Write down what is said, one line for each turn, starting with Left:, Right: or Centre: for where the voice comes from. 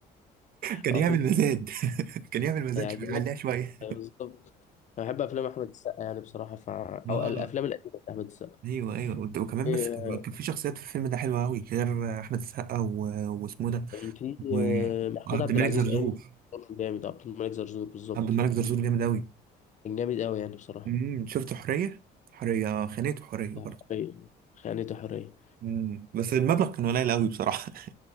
Right: كان
Left: هو
Right: يعمل
Left: فيلم
Right: مزاد <laughs> كان يعمل مزاد
Left: هيعجبك
Right: شويه عليها شويه
Left: آه، بالظبط انا بحب افلام احمد السقا يعني بصراحه ف... او
Right: امم
Left: الافلام القديمه احمد السقا
Right: ايوه ايوه وت- وكمان
Left: آه،
Right: بس كان كان في شخصيات في الفيلم ده حلوه قوي غير احمد السقا و- واسمه ده
Left: في
Right: و-
Left: آه، محمود
Right: وعبد
Left: عبد
Right: الملك
Left: العزيز
Right: زرزور
Left: قايم بدور جامد عبد الملك زرزور بالظبط
Right: عبد الملك زرزور جامد قوي
Left: كان جامد قوي يعني بصراحه
Right: امم شفت حريه حريه خانته حريه برضه
Left: حريه خانته حريه
Right: امم بس المبلغ كان قليل قوي بصراحه